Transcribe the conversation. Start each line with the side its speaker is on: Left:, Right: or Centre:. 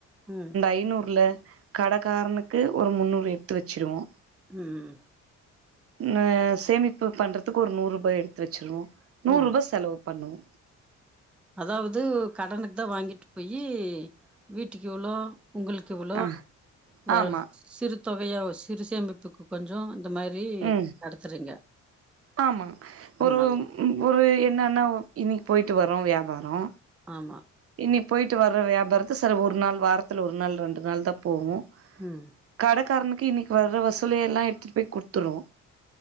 Centre: ம்
Right: ஐநூறுலே கடக்காரனுக்கு ஒரு முன்னூறு எடுத்து வச்சிருவோ
Centre: உம்
Right: நா சேமிப்பு பண்றதுக்கு ஒரு நூரூபா எடுத்து வச்சிருவோ நூரூபா
Centre: ம்
Right: செலவு பண்ணுவோ
Centre: அதாவது கடனுக்தா வாங்கிட்டு போயி வீட்டுக்கு எவ்ளோ உங்களுக்கெவ்வளோ
Right: ஆ
Centre: வர
Right: ஆமா
Centre: சிறு தொகையா சிறு சேமிப்புக்கு கொஞ்சோ இந்த மாரி
Right: ம்
Centre: நடத்துறீங்க
Right: ஆமா ஒரு
Centre: நல்லது
Right: ஒரு என்னானாவ் இன்னைக்கி போயிட்டு வரோ வியாபாரோ
Centre: ஆமா
Right: இன்னைக் போயிட்டு வர்ற வியாபாரத்த சரி ஒரு நாள் வாரத்துல ஒரு நாள் ரெண்டு நாள்தா போவோ
Centre: ம்
Right: கடக்காரனுக்கு இன்னைக்கி வர்ற வசூல எல்லா எடுத்துட்டு போய் குடுத்துருவோ